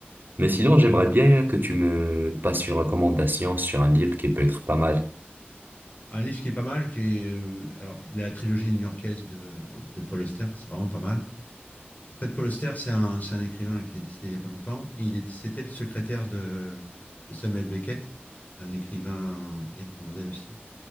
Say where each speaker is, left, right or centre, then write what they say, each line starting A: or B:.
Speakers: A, on the right; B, on the left.
A: Mais sinon, j'aimerais bien que tu me passes une recommandation sur un livre qui peut être pas mal.
B: un livre qui est pas mal, qui est, euh, alors, la trilogie new-yorkaise de, de Paul Auster, que c'est vraiment pas mal. En fait, Paul Auster, c'est un, c'est un écrivain là, qui est décédé il y a pas longtemps. Et il est- c'était le secrétaire de, de Samuel Beckett. C'est un écrivain irlandais aussi.